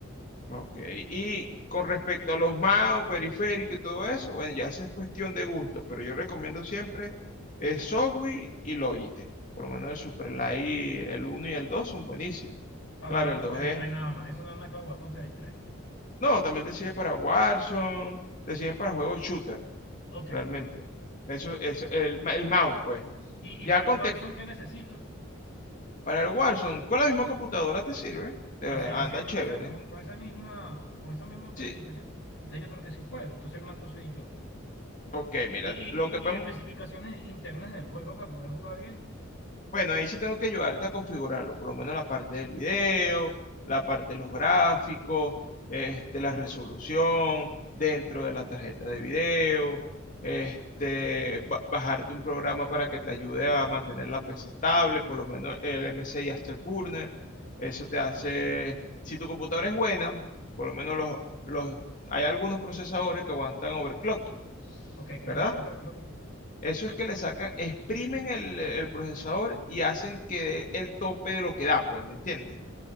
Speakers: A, on the left; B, on the left.
A: Ok, y con respecto a los mouse, periférico y todo eso, bueno, ya esa es cuestión de gusto, pero yo recomiendo siempre eh, Zowie y Logitech. Por lo menos el Superlight, el uno y el 2 son buenísimos.
B: Para
A: Claro,
B: jugar
A: el
B: Counter-Strike
A: 2 es...
B: nada más. Eso nada más es para jugar Counter-Strike.
A: No, también te sirve para Warzone, te sirve para juegos shooter,
B: Ok.
A: realmente. Eso es el, el mouse, pues.
B: Y,
A: Ya
B: y para
A: con,
B: el Warzone,
A: te-
B: ¿qué necesito?
A: Para el Warzone, con la misma computadora te sirve. Te
B: O sea,
A: anda
B: así-
A: chévere.
B: con esa, con, con esa misma, con esa misma especificación,
A: Sí.
B: entonces yo creo que sí puedo. Entonces el manco soy yo.
A: Ok, mira,
B: Y, y,
A: lo que podemos-
B: y, y especificaciones internas del juego para poder jugar bien.
A: Bueno, ahí sí tengo que ayudarte a configurarlo, por lo menos la parte del video, la parte de los gráficos, este, la resolución dentro de la tarjeta de video, este, ba- bajarte un programa para que te ayude a mantener la PC estable, por lo menos el MSI Afterburner. Eso te hace, si tu computadora es buena, por lo menos los, los, hay algunos procesadores que aguantan overclocking,
B: Ok, ¿qué
A: ¿verdad?
B: es eso de overclocking?
A: Eso es que le sacan, exprimen el, el procesador y hacen que dé el tope de lo que da, pues, ¿me entiendes?